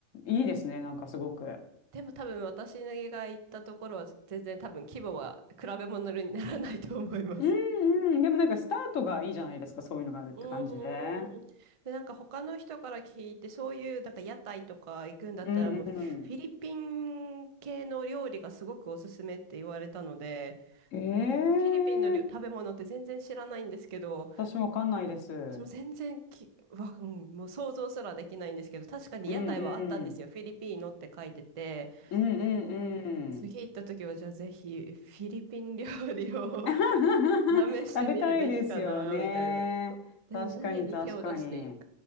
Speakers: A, on the left (about 65°); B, on the right (about 40°).
A: いいですね。なんかすごく。
B: でも多分私が行ったところは全然多分規模は比べ物にならないと思います。
A: うんうん。でもなんかスタートがいいじゃないですか。そういうのがあるって感じで。
B: うんうん。で、なんか他の人から聞いて、そういうなんか屋台とか行くんだったら、
A: うん
B: もうフィリピン系の料理がすごくおすすめって言われたので、
A: うん。ええー、
B: フィリピンの料食べ物って全然知らないんですけど、
A: 私わかんないです。
B: 私も全然き、わ、うん、もう想像すらできないんですけど、確かに屋台はあったんですよ。
A: うんうん。
B: フィリピーノって書いてて、
A: うん
B: もう次行った時はじゃあぜひフィリピン料理を
A: うんうん。<laughs>
B: <laughs> 試してみるべきかな、
A: 食べたいですよね。
B: みたいな。でも何に手を出していい
A: 確かに確かに。